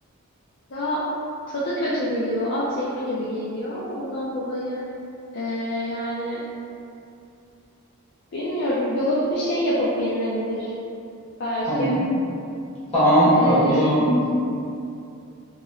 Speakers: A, on the left; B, on the left.
A: Ya tadı kötü geliyor. At yeme gibi geliyor. Ondan dolayı eee, yani bilmiyorum. Yulaf bir şey yapıp yenilebilir. Belki.
B: Tamam. Tamam.
A: Ee,
B: Ee, o zaman